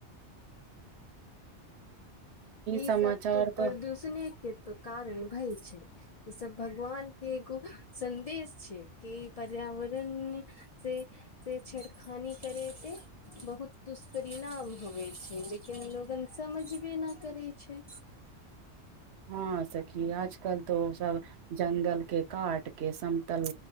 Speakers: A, on the left; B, on the right.
A: ई
B: समाचार
A: सभ तो परदूषणे
B: तऽ
A: के तो कारण भइल छै। ई सभ भगवान के एगो सन्देश छै। कि पर्यावरण। से से छेड़खानी करे के बहुत दुष्परिणाम होवे छै। लेकिन लोगन। समझबे न करै छै।
B: हँ सखी आजकल तो सभ जंगल के काट के समतल